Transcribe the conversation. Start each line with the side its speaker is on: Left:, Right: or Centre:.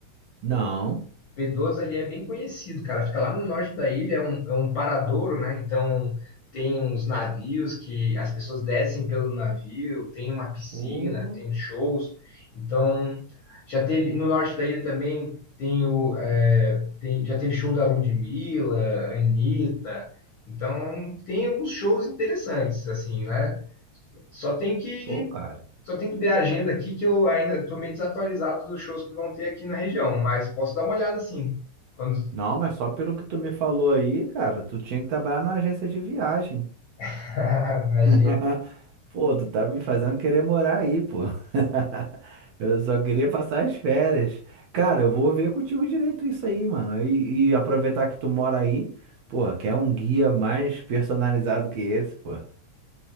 Right: Não.
Left: P12 ali é bem conhecido, cara. Fica lá no norte da ilha, é um, é um paradouro, né? Então tem uns navios que as pessoas descem pelo navio, tem uma piscina,
Right: Pô,
Left: tem shows. Então já teve no norte da ilha também tem o é, tem, já teve show da Ludmilla, Anitta. Então tem alguns shows interessantes, assim, né? Só tem que
Right: pô, cara.
Left: só tem que ver a agenda aqui que eu ainda estou meio desatualizado dos shows que vão ter aqui na região, mas posso dar uma olhada assim. Quando
Right: Não, mas só pelo que tu me falou aí, cara, tu tinha que trabalhar numa agência de viagem.
Left: <laughs> na
Right: <laughs>
Left: agenda.
Right: Pô, tu tá me fazendo querer morar aí, pô. <laughs> Eu só queria passar as férias. Cara, eu vou ver contigo direito isso aí, mano. E, e aproveitar que tu mora aí, pô, quer um guia mais personalizado que esse, pô.